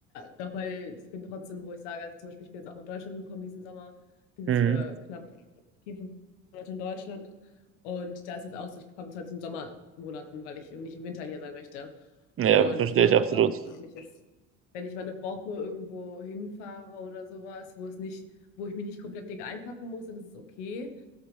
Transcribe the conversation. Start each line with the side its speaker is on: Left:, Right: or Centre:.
Left: doch, weil ich bin trotzdem, wo ich sage, also zum Beispiel, ich bin jetzt auch nach Deutschland gekommen diesen Sommer, bin jetzt
Right: Mhm.
Left: für knapp vier, fünf Monate in Deutschland und da ist es auch so, ich komme zwar zu den Sommermonaten, weil ich eben nicht im Winter hier sein möchte.
Right: Ja,
Left: Und
Right: verstehe
Left: ich glaube,
Right: ich absolut.
Left: ähm, für mich ist, wenn ich mal eine Woche irgendwo hinfahre oder sowas, wo es nicht, wo ich mich nicht komplett dick einpacken muss, dann ist es okay.